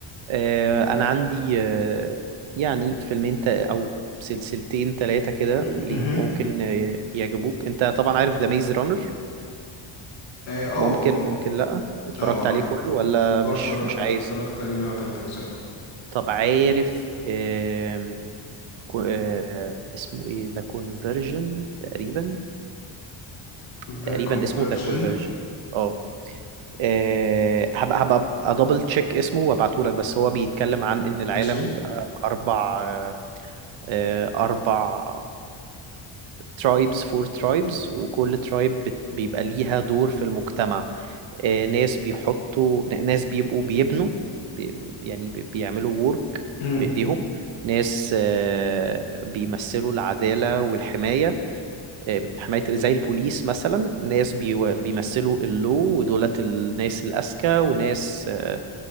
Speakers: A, on the right (about 65°); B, on the left (about 65°).
A: آه، انا عندي آه، يعني فيلمين تا- او سلسلتين ثلاثه كده
B: م-
A: ليك
B: مهم.
A: ممكن آه، يعجبوك انت طبعا عارف ذا ميز رانر
B: اه اه
A: ممكن
B: اه
A: ممكن لا اتفرجت
B: اه آه،
A: عليه
B: عارف
A: كله ولا
B: اه
A: مش
B: اتفرجت
A: مش عايز
B: اتفرجت تقريبا على تلات أجزاء اه
A: طب عارف آم، كو- آه، اسمه ايه ذا كونفرجن تقريبا
B: ذا
A: تقريبا
B: كونفرجن
A: اسمه ذا كونفرجن اه آه، هبقى هبقى ادبل تشيك اسمه وابعتهولك بس هو بيتكلم عن ان العالم
B: ماشي
A: بقى اربع آه، آه، أربع ترايبز فور ترايبز وكل ترايب بيبقى ليها دور في المجتمع آه، ناس بيحطوا ناس بيبقوا بيبنوا بي يعني بي- بيعملوا وورك
B: مم.
A: بإيديهم ناس آه، بيمثلوا العدالة والحماية آه، حماية زي البوليس مثلا ناس بيو- بيمثلوا اللو ودولت الناس الأذكى وناس آه،